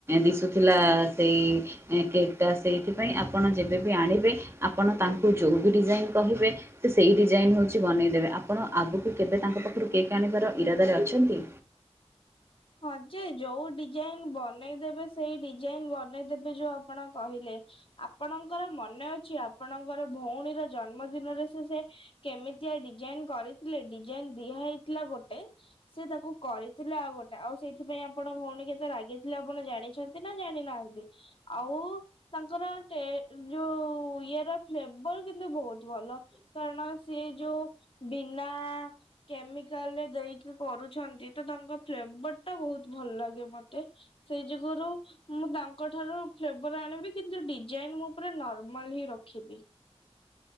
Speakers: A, on the right; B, on the left.
A: ଦିଶୁଥିଲା ସେଇ କେକ୍ ଟା ସେଇଥିପାଇଁ ଆପଣ ଯେବେବି ଆଣିବେ ଆପଣ ତାଙ୍କୁ ଯୋଉବି ଡିଜାଇନ୍ କହିବେ ତ ସେଇ ଡିଜାଇନ୍ ହେଉଚି ବନେଇଦେବେ ଆପଣ ଆଗକୁ କେବେ ତାଙ୍କ ପାଖରୁ କେକ୍ ଆଣିବାର ଇରାଦାରେ ଅଛନ୍ତି?
B: ହଁ ଯେ ଯୋଉ ଡିଜାଇନ୍ ବନେଇଦେବେ ସେଇ ଡିଜାଇନ୍ ବନେଇଦେବେ ଯୋଉ ଆପଣ କହିଲେ ଆପଣ ଆପଣଙ୍କର ମନେ ଅଛି ଆପଣଙ୍କର ଭଉଣୀର ଜନ୍ମ ଦିନରେ ସେ ସେ କେମିତିଆ ଡିଜାଇନ୍ କରିଥିଲେ ଡିଜାଇନ୍ ଦିଆ ହେଇଥିଲା ଗୋଟେ ସେ ତାକୁ କରିଥିଲେ ଆଉ ଗୋଟେ। ଆଉ ସେଇଥିପାଇଁ ଆପଣ ଭଉଣୀ କେତେ ରାଗିଥିଲେ ଆପଣ ଜାଣିଛନ୍ତି ନା ଜାଣିନାହାନ୍ତି? ଆଉ ତାଙ୍କର ଟେ ଯୋଉ ଇଏର ଫ୍ଲେବର କିନ୍ତୁ ବହୁତ୍ ଭଲ କାରଣ ସିଏ ଯୋଉ ବିନା କେମିକାଲରେ ଦେଇକି କରୁଛନ୍ତି ତତାଙ୍କ ଫ୍ଲେବରଟା ବହୁତ୍ ଭଲ ଲାଗେ ମତେ ସେଇ ଯୁଗରୁ ମୁଁ ତାଙ୍କ ଠାରୁ ଫ୍ଲେବର ଆଣିବି କିନ୍ତୁ ଡିଜାଇନ୍ ମୁଁ ପୁରା ନର୍ମାଲହିଁ ରଖିବି।